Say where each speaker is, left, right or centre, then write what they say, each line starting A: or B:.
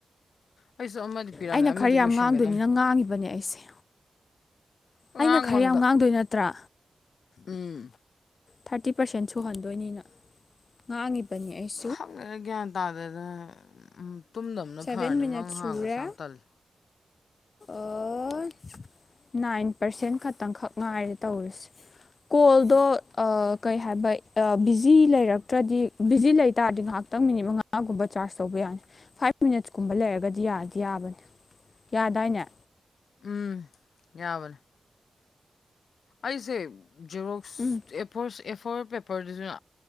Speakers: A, on the left; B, on the left.
A: ꯑꯩꯁꯨ ꯑꯃꯗꯤ ꯄꯤꯔꯝꯅꯦ
B: ꯑꯩꯅ
A: ꯑꯃꯗꯤ
B: ꯈꯔ
A: ꯂꯣꯏꯁꯤꯟꯒꯗꯝꯕꯅꯤ
B: ꯌꯥꯝ ꯉꯥꯡꯗꯣꯏꯅꯤꯅ ꯉꯥꯡꯉꯤꯕꯅꯦ ꯑꯩꯁꯦ
A: ꯑꯉꯥꯡ
B: ꯑꯩꯅ ꯈꯔ
A: ꯃꯪꯗ
B: ꯌꯥꯝ ꯉꯥꯡꯗꯣꯏ ꯅꯠꯇ꯭ꯔꯥ
A: ꯎꯝ
B: ꯊꯥꯔꯇꯤ ꯄꯥꯔꯁꯦꯟ ꯁꯨꯍꯟꯗꯣꯏꯅꯤꯅ ꯉꯥꯡꯉꯤꯕꯅꯤ ꯑꯩꯁ
A: ꯈꯪꯗꯦꯗ ꯒ꯭ꯌꯥꯟ ꯇꯥꯗꯅ ꯇꯨꯝꯗꯝꯅ
B: ꯁꯚꯦꯟ
A: ꯐꯔꯅꯤ
B: ꯃꯤꯅꯠ
A: ꯃꯪ
B: ꯁꯨꯔꯦ
A: ꯍꯥꯡꯒꯁꯤ ꯌꯥꯝ ꯇꯜꯂꯤ
B: ꯑꯣ ꯅꯥꯏꯟ ꯄꯥꯔꯁꯦꯟ ꯈꯛꯇꯪꯈꯛ ꯉꯥꯏꯔꯦ ꯇꯧꯔꯁꯦ ꯀꯣꯜꯗꯣ
A: ꯑꯩꯈꯣꯏꯗ
B: ꯑ ꯀꯩ ꯍꯥꯏꯕꯩ ꯑꯩ ꯕꯤꯖꯤ ꯂꯩꯔꯛꯇ꯭ꯔꯗꯤ ꯕꯤꯖꯤ ꯂꯩꯇꯥꯥꯔꯗꯤ ꯉꯥꯏꯍꯥꯛꯇꯪ ꯃꯤꯅꯤꯠ ꯃꯉꯥꯒꯨꯝꯕ ꯆꯥꯔꯖ ꯇꯧꯕ ꯌꯥꯅꯤ ꯐꯥꯏꯚ ꯃꯤꯅꯠꯁ ꯀꯨꯝꯕ ꯂꯩꯔꯒꯗꯤ ꯌꯥꯗꯤ ꯌꯥꯕꯅꯤ ꯇꯥꯏꯅꯦ
A: ꯎꯝ ꯌꯥꯕꯅꯦ ꯑꯩꯁꯦ ꯖꯦꯔꯣꯛꯁ
B: ꯎꯝ
A: ꯑꯦꯐꯣꯔꯁ ꯑꯦꯐꯣꯔ ꯄꯦꯄꯔꯗꯨꯅ